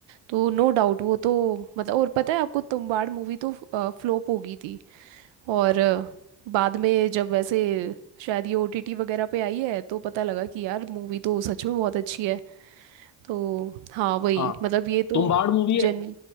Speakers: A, on the right; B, on the left.
A: तो नो डाउट वो तो मतलब और पता है आपको तुम्बाड़ मूवी तो फ्लॉप हो गई थी और अ, बाद में जब ऐसे शायद ये ओटीटी वगैरह पे आई है तो पता लगा कि यार मूवी तो सच में बहुत अच्छी है तो हाँ वही
B: हाँ
A: मतलब ये
B: तुम्बाड़
A: तो
B: मूवी
A: जन
B: है